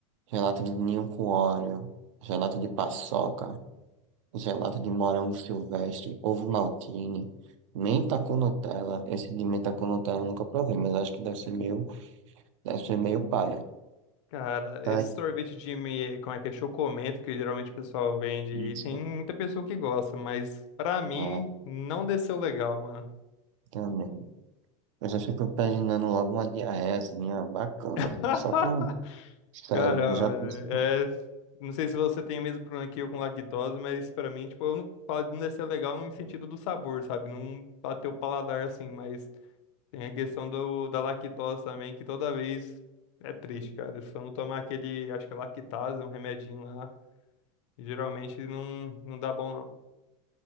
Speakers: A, on the right; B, on the left.
A: gelato de ninho com Oreo, gelato de paçoca, gelato de morango silvestre, ovo maltine, menta com Nutella. Esse de menta com Nutella eu nunca provei, mas acho que deve ser meio, deve ser meio paia.
B: Cara,
A: Tá
B: esse
A: aí.
B: sorvete de, me- como é que é, chocomento, que geralmente o pessoal vende
A: Isso,
B: aí, tem muita pessoa que gosta, mas pra mim,
A: ah,
B: não desceu legal, mano.
A: também. Eu já fico imaginando logo uma diarreia assim, ah, bacana.
B: <laughs>
A: Só com Sério,
B: Cara,
A: eu
B: mano,
A: já pensei.
B: é... Não sei se você tem o mesmo problema que eu com lactose, mas pra mim, tipo, eu não falo de não descer legal no sentido do sabor, sabe? Não bateu o paladar assim, mas... Tem a questão do, da lactose também, que toda vez é triste, cara. Se eu não tomar aquele, acho que é lactase, um remedinho lá, geralmente não, não dá bom, não.